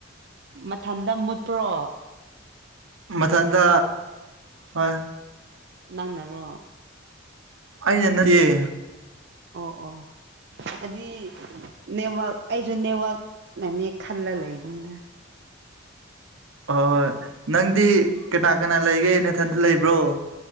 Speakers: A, on the right (about 55°); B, on the right (about 75°).
A: ꯃꯊꯟꯇ ꯃꯨꯠꯄ꯭ꯔꯣ
B: ꯃꯊꯟꯗ ꯍꯣꯏ
A: ꯅꯪꯅꯔꯣ
B: ꯑꯩꯅꯥ ꯅꯠꯇꯤꯌꯦ
A: ꯑꯣ ꯑꯣ ꯑꯗꯨꯏ ꯅꯦꯠꯋꯥꯛ ꯑꯩꯁꯨ ꯅꯦꯠꯋꯥꯛꯅꯅꯦ ꯈꯜꯂ ꯂꯩꯕꯅꯤꯗ
B: ꯍꯣꯏ ꯍꯣꯏ ꯅꯪꯗꯤ ꯀꯅꯥ ꯀꯅꯥ ꯂꯩꯒꯦ ꯅꯊꯟꯗ ꯂꯩꯕ꯭ꯔꯣ